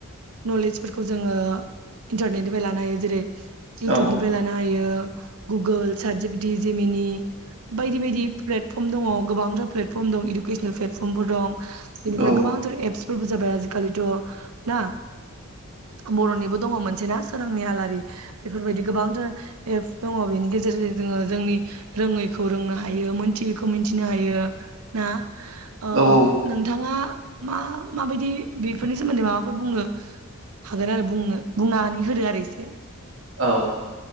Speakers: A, on the right; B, on the right.
A: नलेजफोरखौ जोङो इन्टारनेट निफ्राय लानो हायो जेरै
B: औ
A: इउटुबनिफ्राय लाना हायो । गुगोल साटजिफिटि बिदि जिमिनि बायदि बायदि प्लेट फटर्म दङ गोांथार प्लेटर्म दं इडुकेसनेल प्लटफर्मफोर दं।
B: औ
A: बेनिफ्राय गोबांथार एप्स फोरबो जाबाय आजिखालिथ' ना बर'नि दङ' मोनसेना सोरांनि आलारि बेफोरबायदि गोबांथार एप दङ' बेनि गेजेरजों जोङो जोंनि रोङैखौ रोंनो हायो मिथियिखौ मिथिनो हायो । ना? ओ
B: औ
A: नोंथाङा मा माबायदि बेफोरनि सोमोन्दै माबाफोर बुंनो हागोन आरो बुंनो बुंनानै होदो आरो एसे
B: औ